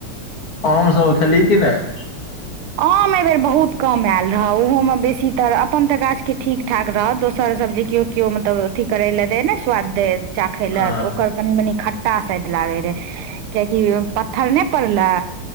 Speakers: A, on the left; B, on the right.
A: आमसभ खेली कि नहि
B: आम एहिबेर बहुत कम आयल रहो ओहोमे बेसीतर अपन तऽ गाछके ठीक ठाक रहो दोसरसभ जे किओ केओ मतलब अथी करे लए देह ने स्वाद दे चाखै
A: हँ
B: लए तऽ ओकर कनि मनी खट्टा साइड लागे रहै कियकि पत्थर नहि पड़लै